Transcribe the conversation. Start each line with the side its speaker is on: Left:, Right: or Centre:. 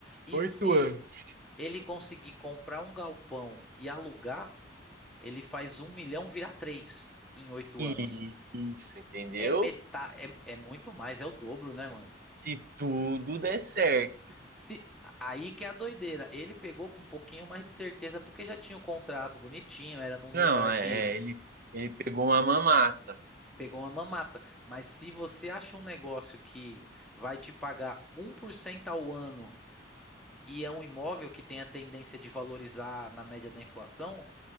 Centre: E
Right: Oito
Centre: se
Right: anos.
Centre: ele conseguir comprar um galpão e alugar, ele faz um milhão virar 3 em 8
Right: I-
Centre: anos.
Right: Isso, entendeu?
Centre: É metade, é, é muito mais, é o dobro, né, mano?
Right: Se tudo der certo.
Centre: Se, aí que é a doideira. Ele pegou com um pouquinho mais de certeza, porque já tinha o contrato bonitinho, era num lugar
Right: Não, é,
Centre: que.
Right: é, ele, ele pegou uma mamata
Centre: Pegou uma mamata. Mas se você acha um negócio que vai te pagar um por cento ao ano e é um imóvel que tem a tendência de valorizar na média da inflação,